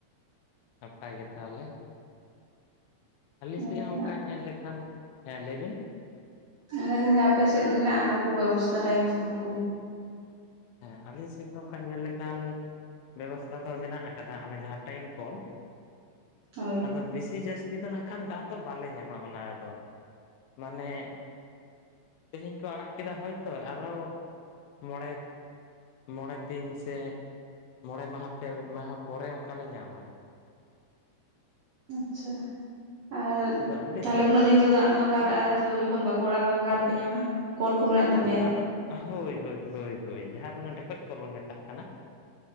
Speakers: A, on the left; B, on the right.
A: ᱱᱟᱯᱟᱭ ᱜᱮ ᱛᱟᱦᱚᱞᱮ ᱟᱞᱤᱧ
B: ᱦᱳᱭ
A: ᱥᱮᱫ ᱦᱚᱸ ᱚᱱᱠᱟ ᱧᱮᱞ ᱞᱮᱠᱷᱟᱱ ᱦᱮᱸ ᱞᱟᱹᱭ ᱵᱤᱱ᱾
B: ᱦᱮᱸ ᱟᱯᱮ ᱥᱮᱫ ᱢᱮᱱᱟᱜᱼᱟ ᱚᱱᱟ ᱠᱚ ᱵᱮᱵᱚᱥᱛᱛᱟ ᱴᱟᱭᱤᱢ ᱠᱚᱞ ᱠᱚ?
A: ᱦᱮᱸ ᱟᱞᱮ ᱥᱮᱫ ᱫᱚ ᱱᱚᱠᱟ ᱧᱮᱞ ᱞᱮᱠᱷᱟᱱ ᱵᱮᱵᱚᱥᱛᱷᱟ ᱫᱚ ᱢᱮᱱᱟᱜ ᱟᱠᱟᱫᱟ ᱚᱱᱟ ᱡᱟᱦᱟᱸ ᱴᱟᱭᱤᱢ ᱠᱚᱞ
B: ᱦᱳᱭ
A: ᱟᱫᱚ ᱵᱮᱥᱤ ᱡᱟᱹᱥᱛᱤ ᱡᱟᱥᱛᱤ ᱱᱟᱜ ᱠᱷᱟᱱ ᱫᱟᱜ ᱫᱚ ᱵᱟᱞᱮ ᱧᱟᱢᱟ ᱚᱱᱟ ᱨᱮᱫᱚ ᱢᱟᱱᱮ ᱛᱮᱦᱮᱧ ᱠᱚ ᱟᱲᱟᱜ ᱠᱮᱫᱟ ᱦᱚᱭᱛᱚ ᱟᱨᱚ ᱢᱚᱬᱮ ᱢᱚᱬᱮ ᱫᱤᱱ ᱥᱮ ᱢᱚᱬᱮ ᱢᱟᱦᱟ ᱯᱮ ᱢᱟᱦᱟ ᱯᱚᱨᱮ ᱚᱱᱠᱟᱞᱮ ᱧᱟᱢᱟ᱾
B: ᱟᱪᱪᱷᱟ ᱟᱨ
A: ᱟᱫᱚ ᱟᱹᱰᱤ
B: ᱛᱟᱦᱞᱮ ᱩᱱᱟᱹᱜ ᱫᱤᱱ ᱫᱚ ᱫᱟᱜ ᱫᱚ ᱚᱠᱟᱨᱟᱜᱼᱟ ᱡᱚᱠᱷᱚᱱ ᱵᱟᱠᱚ ᱟᱲᱟᱜ ᱠᱟᱫᱟ ᱚᱠᱟᱨ ᱨᱮ ᱯᱮ ᱧᱟᱢᱟ ᱠᱚᱞ ᱠᱚ ᱢᱮᱱᱟᱜ ᱟᱯᱮ
A: ᱟᱫᱚ ᱦᱳᱭ ᱦᱳ ᱡᱟᱦᱟᱸ ᱫᱚ ᱰᱷᱮᱠᱚᱡ ᱠᱚᱞ ᱵᱚᱱ ᱢᱮᱛᱟᱜ ᱠᱟᱱᱟ᱾